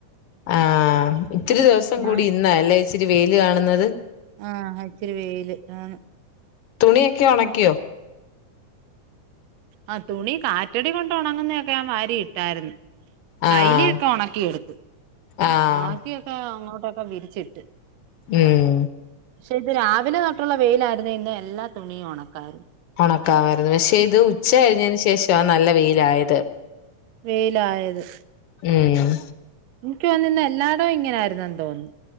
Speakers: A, on the left; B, on the right.
A: ആഹ ഇത്തിരി ദിവസം കൂടി
B: ആ
A: ഇന്നാല്ലേ ഇച്ചിരി വെയ്ല് കാണ്ന്നത്
B: ആഹ ഇച്ചിരി വെയ്ല് ആ
A: തുണിയൊക്കെ ഒണക്കിയോ
B: ആ തുണി കാറ്റടി കൊണ്ട് ഒണങ്ങുന്നൊക്കെ ഞാൻ വാരി ഇട്ടായ്രുന്നു
A: ആഹ്
B: കൈലിയൊക്കെ ഉണക്കിയെടുത്ത്
A: ആഹ്
B: ബാക്കിയൊക്കെ അങ്ങോട്ടൊക്കെ വിരിച്ചിട്ട്
A: ഉം
B: പക്ഷെ ഇത് രാവിലെ തൊട്ടുള്ള വെയ്ലായിരുന്നേ ഇന്ന് എല്ലാ തുണിയും ഒണക്കാര്
A: ഒണക്കാവായിരുന്നു പക്ഷെ ഇത് ഉച്ച കഴിഞ്ഞയ്ന് ശേഷവാ ന്നല്ല വെയ്ലായത്
B: വെയ്ലായത്
A: ഉം
B: എനിക്ക് തോന്ന്ന്ന് ഇന്ന് എല്ലാടോം ഇങ്ങനായിരുന്നെന്ന് തോന്നു